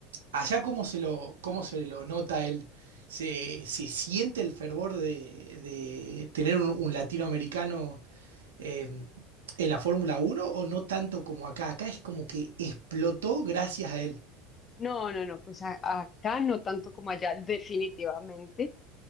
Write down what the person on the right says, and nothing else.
allá cómo se lo, cómo se lo nota él. ¿Se, se siente el fervor de, de tener un, un latinoamericano eh, en la Fórmula Uno o no tanto como acá? Acá es como que explotó gracias a él.